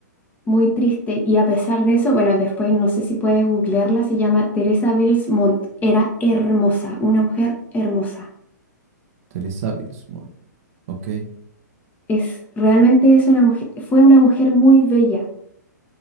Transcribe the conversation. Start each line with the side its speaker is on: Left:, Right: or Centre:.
Left: muy triste y a pesar de eso, bueno, después no sé si puedes googlearla, se llama Teresa Bills Montt. Era hermosa, una mujer hermosa.
Right: Teresa Bilsmore. Ok.
Left: Es, realmente es una mujer, fue una mujer muy bella.